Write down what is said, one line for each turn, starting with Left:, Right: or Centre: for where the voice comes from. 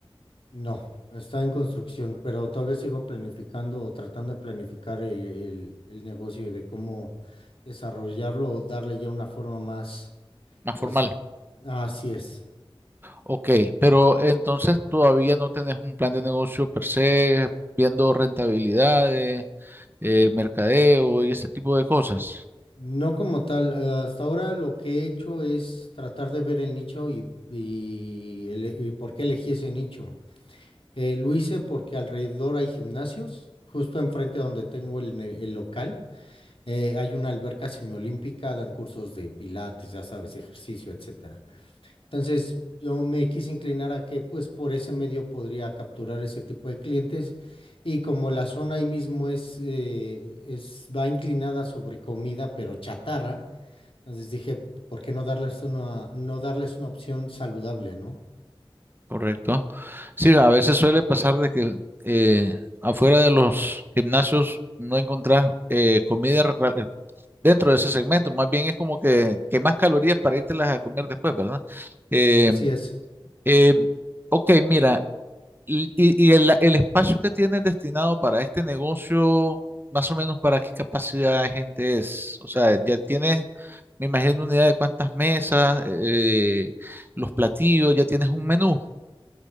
Left: No, está en construcción, pero todavía sigo planificando o tratando de planificar eh, el, el negocio de cómo desarrollarlo o darle ya una forma más.
Right: más
Left: es-
Right: formal.
Left: así es.
Right: Ok, pero entonces todavía no tenés un plan de negocio per se, viendo rentabilidades, eh, mercadeo y ese tipo de cosas,
Left: No como tal, eh, hasta ahora lo que he hecho es tratar de ver el nicho y, y ele- y por qué elegí ese nicho. Eh, lo hice porque alrededor hay gimnasios, justo enfrente donde tengo el, ne- el local, eh, hay una alberca semiolímpica, dan cursos de pilates, ya sabes, ejercicio, etcétera. Entonces yo me quise inclinar a que pues por ese medio podría capturar ese tipo de clientes y como la zona ahí mismo es, eh, es va inclinada sobre comida, pero chatarra. Entonces dije, ¿por qué no darles una, no darles una opción saludable, ¿no?
Right: ¿correcto? Sí, a veces suele pasar de que eh, afuera de los gimnasios no encontrás eh, comida ra- dentro de ese segmento, más bien es como que, que más calorías para las a comer después, ¿verdad? Eh,
Left: Así es.
Right: eh, ok, mira, Y, y- y el, el espacio que tienes destinado para este negocio, más o menos para qué capacidad de gente es. O sea, ya tienes, me imagino, una idea de cuántas mesas, eh, los platillos, ya tienes un menú.